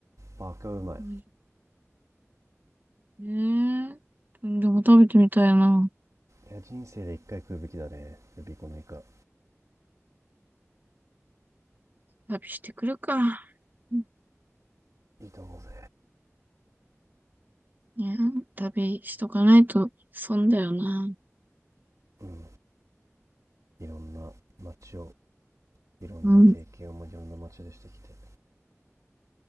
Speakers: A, on the right; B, on the right.
A: バカうまい
B: ねえー、でも食べてみたいな。
A: いや人生で一回食うべきだね予備校のイカ
B: 旅してくるか。うん
A: いいと思うぜ
B: いや、旅しとかないと損だよな。
A: うんいろんな街をいろんな経験をもいろんな街でしてきて
B: うん。